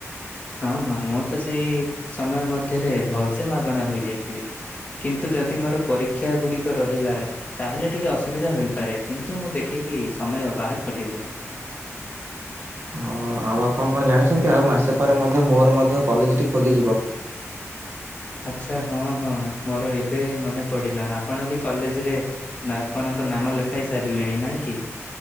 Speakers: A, on the left (about 30°); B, on the right (about 55°).
A: ହଁ, ହଁ, ମୁଁ ତ ସେଇ ସମୟ ମଧ୍ୟରେ ଭଲ ସେେ ମାଗଣା ରେ ରହିଯାଇଥିବି। କିନ୍ତୁ, ଯଦି ମୋର ପରୀକ୍ଷା ଗୁଡ଼ିକ ରହିଲା? ତାହେଲେ ଟିକେ ଅସୁବିଧା ହେପାରେ କିନ୍ତୁ ମୁଁ ଦେଖିକି ସମୟ ବାହାର କରିଦେବି।
B: ହଁ ଆଉ ଆପଣ କଣ ଜାଣିଛନ୍ତି ଆଉ ମାସେ ପରେ ମଧ୍ୟ ମୋର ମଧ୍ୟ କଲେଜଟି ଖୋଲିଯିବ।
A: ଆଚ୍ଛା, ହଁ ହଁ ମୋର ଏବେ ମନେ ପଡ଼ିଲା ଆପଣ ବି କଲେଜ ରେ ନା ଆପଣଙ୍କ ନାମ ଲେଖାଇ ସାରିଲେଣି ନାଇଁ କି?